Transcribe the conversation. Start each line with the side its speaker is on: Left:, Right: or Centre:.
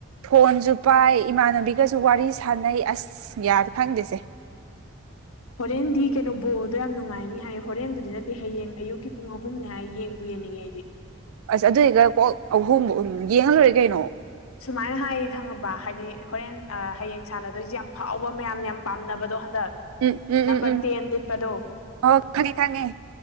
Right: ꯐꯣꯟꯁꯨ ꯄꯥꯏ ꯏꯃꯥꯟꯅꯕꯤꯒꯁꯨ ꯋꯥꯔꯤ ꯁꯥꯟꯅꯩ ꯑꯁ ꯌꯥꯗ ꯈꯪꯗꯦꯁꯦ꯫
Left: ꯍꯣꯔꯦꯟꯗꯤ ꯀꯩꯅꯣ ꯕꯣꯜꯗꯣ ꯌꯥꯝ ꯅꯨꯡꯉꯥꯏꯅꯤ ꯍꯥꯏ ꯍꯣꯔꯦꯟꯕꯨꯗꯤ ꯅꯠꯇꯦ ꯍꯌꯦꯡ ꯑꯌꯨꯛꯀꯤ ꯄꯨꯡ ꯑꯍꯨꯝꯅꯦ ꯍꯥꯏ ꯌꯦꯡꯕꯨ ꯌꯦꯡꯅꯤꯡꯉꯦ ꯑꯩꯗꯤ꯫
Right: ꯑꯁ ꯑꯗꯨꯏꯒ ꯀꯣꯛ ꯑꯍꯨꯝ ꯎꯝ ꯌꯦꯡꯉꯂꯣꯏꯔꯦ ꯀꯩꯅꯣ꯫
Left: ꯁꯨꯃꯥꯏꯅ ꯍꯥꯏꯌꯦ ꯈꯪꯉꯕ ꯍꯥꯏꯗꯤ ꯍꯣꯔꯦꯟ ꯑ ꯍꯌꯦꯡ ꯁꯥꯟꯅꯗꯣꯏꯁꯦ ꯌꯥꯝ ꯐꯥꯎꯕ ꯃꯌꯥꯝꯅ ꯌꯥꯝ ꯄꯥꯝꯅꯕꯗꯣ ꯍꯟꯗꯛ꯫
Right: ꯎꯝ ꯎꯝ
Left: ꯅꯝꯕꯔ
Right: ꯎꯝ ꯎꯝ
Left: ꯇꯦꯟ ꯂꯤꯠꯄꯗꯣ
Right: ꯑꯣ ꯈꯪꯉꯦ ꯈꯪꯉꯦ꯫